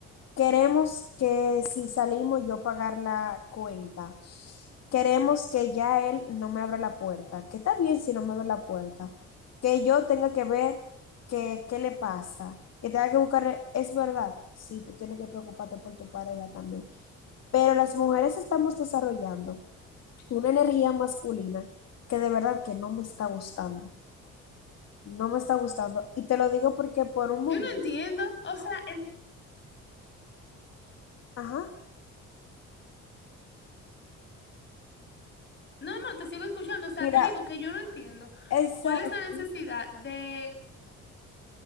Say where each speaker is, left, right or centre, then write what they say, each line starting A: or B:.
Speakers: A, on the left; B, on the left.
A: Queremos que si salimos yo pagar la cuenta. Queremos que ya él no me abra la puerta, que está bien si no me abre la puerta, que yo tenga que ver que, qué le pasa, que tenga que buscar, es verdad, sí, tú tienes que preocuparte por tu pareja también, pero las mujeres estamos desarrollando una energía masculina que de verdad que no me está gustando. No me está gustando. Y te lo digo porque por un momento,
B: Yo no entiendo, o sea, es
A: ajá,
B: No, no, te sigo escuchando. O sea,
A: mira,
B: te digo que yo no entiendo
A: exacto,
B: cuál es la necesidad de,